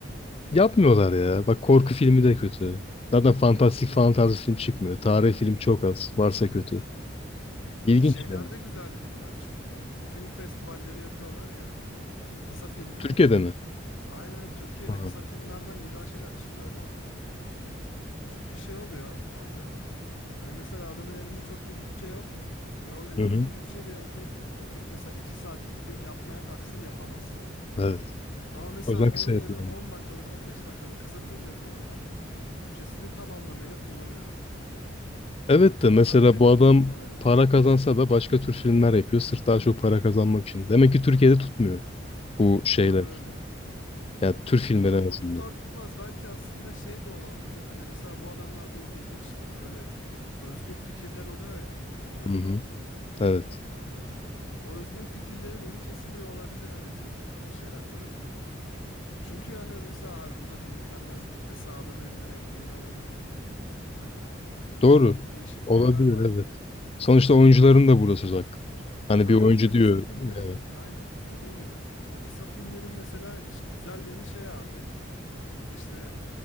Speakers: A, on the left; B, on the left.
A: Yapmıyorlar ya. Bak korku filmi de kötü. Zaten fantastik falan tarzı film çıkmıyor. Tarih film çok az. Varsa kötü. İlginç
B: Şeylerde
A: yani.
B: güzel filmler çıkıyor. Bu film festivalleri yapıyorlar ya. Kısa filmler.
A: Türkiye'de mi?
B: Aynen Türkiye'de
A: Ha.
B: kısa filmlerden güzel şeyler çıkıyor bu arada. Çünkü şey oluyor abi. Hani mesela adamın elinde çok bir bütçe yok ve o elindeki
A: Hı hı.
B: bütçeyle atırıp oturup mesela 2 saatlik film yapmaya kalksa yapamaz.
A: Evet.
B: Ama mesela
A: O yüzden
B: onun
A: kısa
B: yerine
A: yapıyorum.
B: 10 dakikalık 15 dakikalık kısa film yapıyor adam. Bütçesini tam anlamıyla kullanıyor.
A: Evet
B: Hani
A: de mesela
B: daha efektif
A: bu adam
B: kullanabiliyor.
A: para kazansa da başka tür filmler yapıyor. Sırf daha çok para kazanmak için. Demek ki Türkiye'de tutmuyor bu şeyler.
B: Abi öyle.
A: Yani tür filmleri
B: Ya bilmiyorum
A: en azından.
B: o tutar tutmaz belki aslında şey de olabilir. Hani mesela bu adamlar bu ilginç böyle özgür fikirler oluyor ya. Özgün.
A: Hı hı. Evet.
B: O özgün fikirlerin önü kesiliyor olabilir hani büyük şeyler tarafından. Çünkü hani mesela abi bu zaten izlenmez deyip mesela adamın elinden ekmeğini alıyorlar. Hani
A: Doğru.
B: değişik
A: Olabilir
B: şeyler var.
A: evet. Sonuçta oyuncuların da burada söz hakkı. Hani
B: Aynen
A: bir oyuncu
B: mesela
A: diyor.
B: kısa filmlerin
A: yani,
B: aynen dediğin gibi o kısa filmlerin mesela iş- güzel yanı şey abi işte